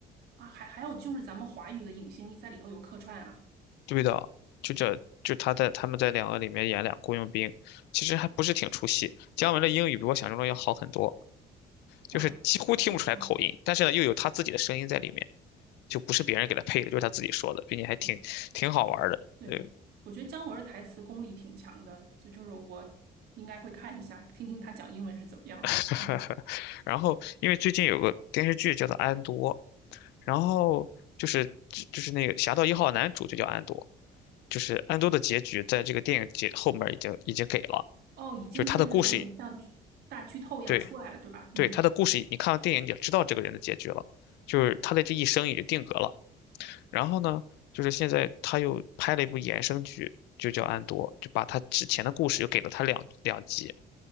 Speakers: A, on the right (about 70°); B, on the left (about 85°).
A: 啊，还还有就是咱们华语的影星在里头有客串啊，
B: 对的，就这就他在他们在两个里面演俩雇佣兵，其实还不是挺出戏。姜文的英语比我想象中要好很多，就是几乎听不出来口音，
A: 哇，不错不错，
B: 但是呢又有他自己的声音在里面，就不是别人给他配的，就是他自己说的，并且还挺挺好玩儿的。
A: 嗯。对，
B: 呃，
A: 我觉得姜文儿的台词功力挺强的，就就是我应该会看一下，听听他讲英文是怎么样的。
B: <laughs>
A: 嗯，
B: 然后因为最近有个电视剧叫做《安多》，然后就是就是那个《侠盗一号》男主就叫安多，就是安多的结局在这个电影结后面已经已经给了，
A: 哦，已经就是有点像剧大剧透一样出来了，
B: 就是他的故事对。
A: 对吧？嗯，
B: 对，他的故事，你看了电影你也知道这个人的结局了，就是他的这一生已经定格了。然后呢，就是现在他又拍了一部衍生剧，就叫《安多》，就把他之前的故事又给了他两两集，